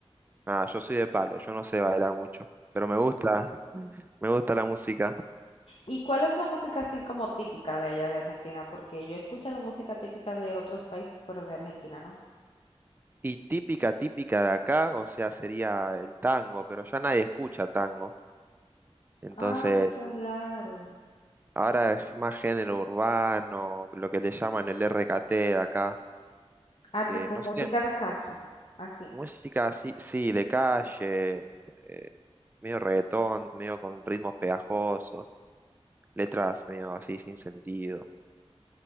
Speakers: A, on the right; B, on the left.
A: Ah, yo soy de palo, yo no sé bailar mucho, pero me gusta, me gusta la música.
B: ¿Y cuál es la música así como típica de allá de Argentina? Porque yo he escuchado música típica de otros países, pero de Argentina no.
A: Y típica, típica de acá, o sea, sería el tango, pero ya nadie escucha tango. Entonces,
B: Ay, qué raro.
A: ahora es más género urbano, lo que le llaman el RKT de acá,
B: Ah, tipo
A: que no
B: música
A: sé,
B: de caso, así.
A: música así, sí, de calle, eh, medio reggaetón, medio con ritmos pegajosos, letras medio así sin sentido.